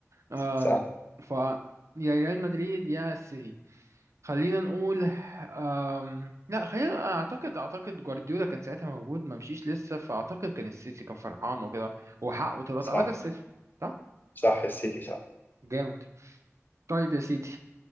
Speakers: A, on the right (about 70°); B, on the left (about 40°).
A: آه،
B: صح
A: ف يا ريال مدريد يا السيتي خلينا نقول أم... لا خلينا اعتقد اعتقد جوارديولا كان ساعتها موجود ما مشيش لسه فاعتقد كان السيتي كان فرحان وكده وحقق بطولات
B: صح
A: اعتقد السيتي صح
B: صح السيتي صح
A: جامد طيب يا سيدي